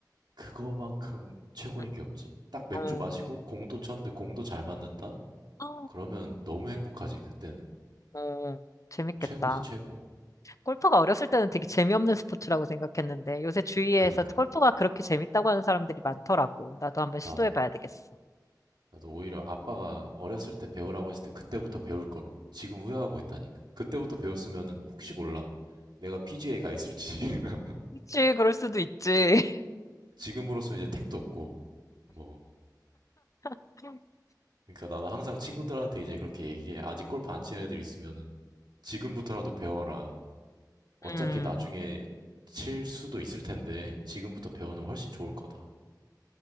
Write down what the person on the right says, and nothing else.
그거만큼 최고인
게 없지. 딱 맥주
마시고 공도 쳤는데 공도 잘 맞는다?
그러면 너무 행복하지 그때는
최고지 최고.
그니까
나도.
나도 오히려 아빠가 어렸을 때 배우라고 했을 때 그때부터 배울 걸 지금 후회하고 있다니까. 그때부터 배웠으면은 혹시 몰라. 내가 PGA 가 있을지. <laughs>
지금으로서 이제 택도 없고 뭐.
그러니까 나도 항상 친구들한테 이제 그렇게 얘기해. 아직 골프 안 치는 애들 있으면은 지금부터라도 배워라. 어차피
나중에 칠 수도 있을 텐데 지금부터 배우면 훨씬 좋을 거다.